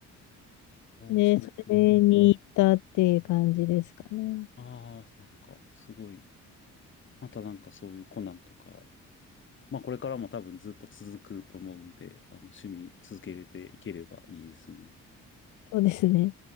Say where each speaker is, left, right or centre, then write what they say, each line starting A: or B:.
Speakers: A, on the left (about 75°); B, on the left (about 40°).
A: で、
B: おー、それで。
A: それに行ったっていう感じですかね。
B: ああ、なんか、すごい。またなんかそういうコナンとか、まあこれからも多分ずっと続くと思うんで、あの趣味続けれていければいいですね。
A: そうですね。